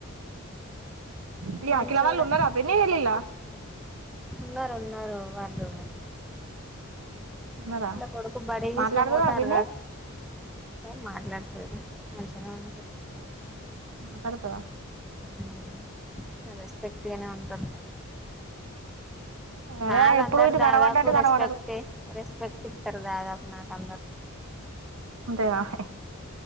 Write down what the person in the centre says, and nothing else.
మంచోడే
ఉన్నారు ఉన్నారు వాళ్ళు
వాళ్ళ కొడుకు బర్త్డే తీసుకో
పోతారు
కదా ఏం మాట్లాడుతది. మంచిగానే ఉంటే
హ్మ్ <unintelligible> గట్టిగానే ఉంటాది నాదు
అందర్
దాదాపు
రెస్పెక్ట్ ఏ రెస్పెక్ట్ పితర దాదాపు నాకు అందరు